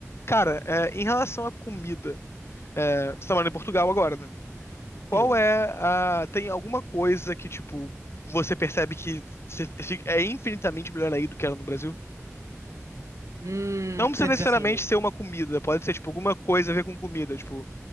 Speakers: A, on the left; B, on the right.
A: Cara, é, em relação à comida, é, você tá morando em Portugal agora, né? Qual
B: Sim.
A: é a. Tem alguma coisa que, tipo, você percebe que se- se- é infinitamente melhor aí do que era no Brasil?
B: Hum,
A: Não precisa
B: você
A: necessariamente
B: diz assim,
A: ser uma comida, pode ser, tipo, alguma coisa a ver com comida, tipo,